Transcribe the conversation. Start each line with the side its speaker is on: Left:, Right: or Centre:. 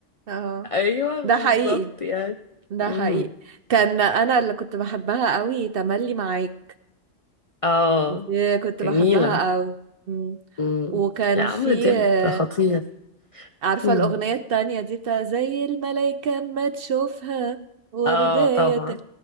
Right: اه
Left: أيوة بالظبط
Right: ده حقيقي
Left: يعني
Right: ده
Left: امم
Right: حقيقي كان انا اللي كنت بحبها قوي تملي معاك
Left: اه
Right: دي كنت بحبها
Left: جميلة
Right: قوي مم.
Left: امم
Right: وكان
Left: لا عمرو
Right: في
Left: دياب
Right: آه،
Left: خطير
Right: عارفة
Left: امم
Right: الأغنية التانية دي بتاع زي الملايكة ما تشوفها وردية
Left: اه طبعا
Right: ت-